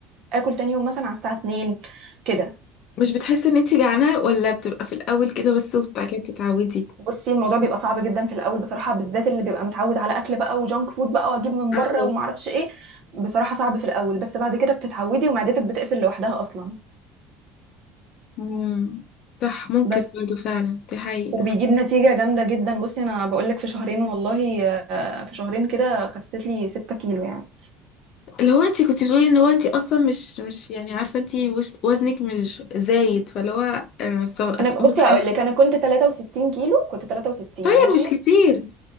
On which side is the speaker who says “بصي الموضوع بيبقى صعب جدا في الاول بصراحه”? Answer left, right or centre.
Right